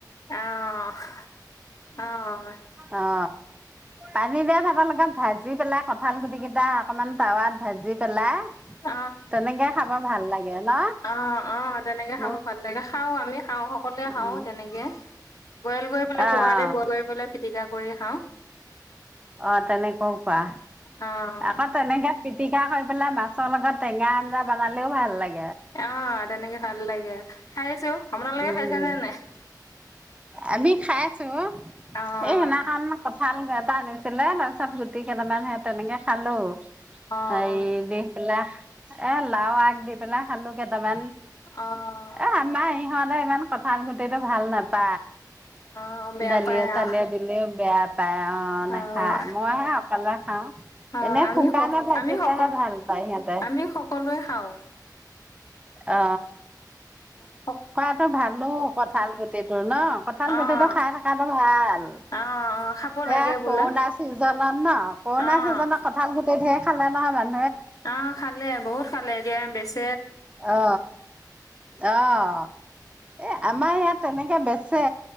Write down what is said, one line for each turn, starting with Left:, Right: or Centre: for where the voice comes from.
Left: আহ আহ
Right: অ পানী দিয়া ভাতৰ লগত ভাজি পেলাই কঁঠাল গুটি কেইটা অকমান টাৱাত ভাজি পেলাই
Left: অ
Right: তেনেকে খাব ভাল লাগে ন
Left: অ অ অ তেনেকে
Right: ন
Left: খাব ভাল লাগে খাও আমি খাওঁ সকলোৱে খাওঁ
Right: উম
Left: তেনেকে বইল কৰি পেলাই
Right: অ', অ',
Left: কুকাৰতে বইল কৰি পেলাই পিটিকা কৰি খাওঁ।
Right: অ তেনেকৈও কোৱা
Left: অহ
Right: আকৌ তেনেকে পি পিটিকা কৰি পেলাই মাছৰ লগত টেঙা আঞ্জা বনালেও ভাল লাগে
Left: অ তেনেকে ভাল লাগে খাই আছো আপোনালোকে
Right: উম,
Left: খাইছে নে নাই
Right: আমি খাইছো এই
Left: অহ
Right: সেই দিনাখন কঁঠাল এটা আনিছিলে তাৰপিছত গুটি কেইটামান সে তেনেকে খালো
Left: অহ
Right: আহ দি পেলা এ লাও আগ দি পেলাই খালো কেইটামান
Left: অ',
Right: এ আমাৰ ইহঁত ইমান কথা গুটটো ভাল নালে প
Left: অ', বেয়া
Right: ডালিয়
Left: পায়
Right: চালিয়
Left: আহ
Right: দিলে বেয়া পায় অ নাখায়
Left: অ',
Right: মই আহক পালে খাওঁ
Left: অ
Right: এনে
Left: আমি
Right: শুকানে
Left: স
Right: ভাজিলেহে
Left: আমি স
Right: ভাল পায় সিহঁতে।
Left: আমি সকলোৱে খাওঁ
Right: অ
Left: অ
Right: খোৱা ভালো কঠাল গুটিটো ন কঠাল
Left: অ',
Right: গুটিটো খাই থকাটো ভাল
Left: অ', অ', খাব
Right: এয়া
Left: লাগে বোলে।
Right: কৰোণা চিজনত ন কৰোণা
Left: অ',
Right: চিজনত কঠাল গুটি খালে খালা নহ
Left: অ খালে বহুত খালে এ বেছি
Right: অ আহ এ আমাৰ ইয়াত তেনেকে বেছি